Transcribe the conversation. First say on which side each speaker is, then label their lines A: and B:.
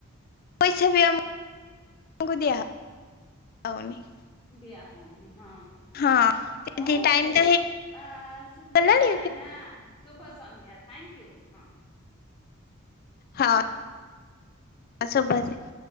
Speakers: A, on the left; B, on the left.
A: ପଇସା ବି ଆମଙ୍କୁ <inaudible> ଦିଆହୋଉନି।
B: ଦିଆହେଉନି ହଁ। ହ
A: ହଁ
B: ହଉ
A: ଟାଇମ ତ
B: ଆ ବସ୍
A: ହେଇଗଲାଣି
B: ଟାଇମ ହଁ। ଶୁଭ ସନ୍ଧ୍ୟା ଥ୍ୟାଙ୍କ ୟୁ ହଁ।
A: ହଁ ଶୁଭ <unintelligible>